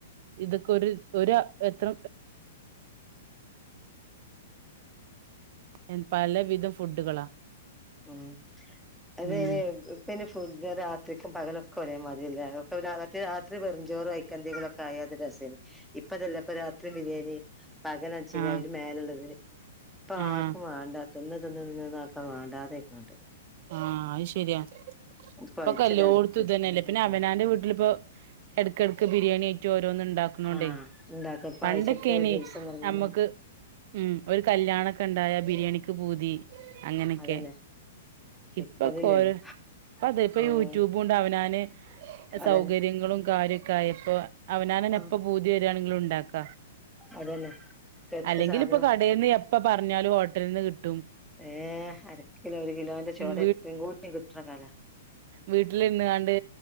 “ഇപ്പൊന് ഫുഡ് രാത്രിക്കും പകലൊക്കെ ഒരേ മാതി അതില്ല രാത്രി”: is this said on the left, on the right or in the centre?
Centre